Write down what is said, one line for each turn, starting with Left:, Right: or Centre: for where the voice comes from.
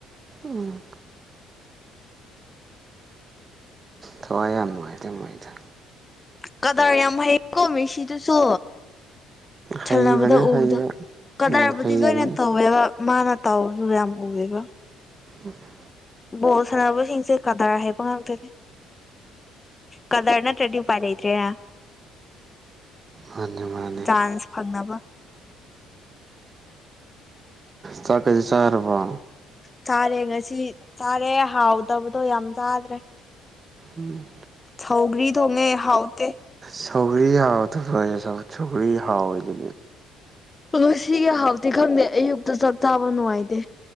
Right: ꯎꯝ ꯊꯋꯥꯏ ꯌꯥꯝ ꯅꯨꯡꯉꯥꯏꯇꯦ ꯅꯨꯡꯉꯥꯏ ꯊꯦ
Left: ꯀꯗꯥꯔ ꯌꯥꯝ ꯍꯩꯀꯣ ꯃꯦꯁꯤꯗꯨꯁꯨ
Right: ꯍꯩꯕꯅꯦ
Left: ꯊꯜꯅꯕꯗ ꯎꯕꯗ
Right: ꯍꯩꯕ
Left: ꯀꯗꯥꯏꯕꯨꯗꯤ
Right: ꯎꯝ ꯍꯩꯕꯅꯦ
Left: ꯂꯣꯏꯅ ꯇꯧꯋꯦꯕ ꯃꯥꯅ ꯇꯥꯎꯁꯨ ꯌꯥꯝꯝ ꯀꯋꯦꯒ
Right: ꯎꯝ <inaudible>
Left: ꯕꯣꯜ ꯁꯅꯕꯁꯤꯡꯁꯦ ꯀꯗꯥꯔ ꯍꯩꯄꯥ ꯉꯥꯛꯇꯅꯤ ꯀꯗꯔ ꯅꯠꯇ꯭ꯔꯗꯤ ꯎꯄꯥꯏ ꯂꯩꯇ꯭ꯔꯦ ꯍ
Right: ꯃꯥꯅꯦ ꯃꯥꯅꯦ
Left: ꯆꯥꯟꯁ ꯐꯪꯅꯕ
Right: ꯆꯀꯗꯤ ꯆꯔꯄꯥ
Left: ꯆꯥꯔꯦ ꯉꯁꯤ ꯆꯥꯔꯦ ꯍꯥꯎꯗꯕꯗꯣ ꯌꯥꯝ ꯆꯥꯗ꯭ꯔꯦ
Right: ꯎꯝ
Left: ꯊꯧꯒꯔꯤ ꯊꯧꯉꯦ ꯍꯥꯎꯇ
Right: ꯁꯧꯒꯔꯤ ꯍꯥꯎ ꯇ ꯁꯧꯔꯤ ꯍꯥꯎꯋꯗꯤ
Left: ꯑꯣ ꯁꯤꯒꯤ ꯍꯥꯎꯇꯤ ꯈꯪꯗꯦ ꯑꯌꯨꯛꯇ ꯆꯥꯛꯇꯥꯥꯕ ꯅꯨꯡꯉꯥꯏꯇꯦ